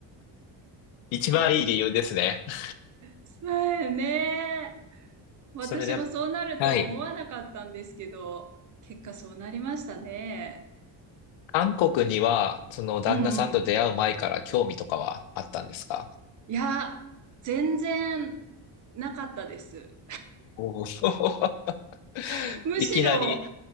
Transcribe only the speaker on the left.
一番いい理由ですね。<laughs>
それで、はい。
韓国には、その旦那さんと出会う前から興味とかはあったんですか
おー <laughs>
いきなり